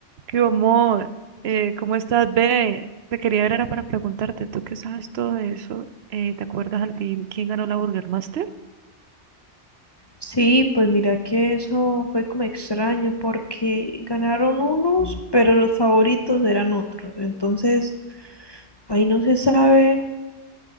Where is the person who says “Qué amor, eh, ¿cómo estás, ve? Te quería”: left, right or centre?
Right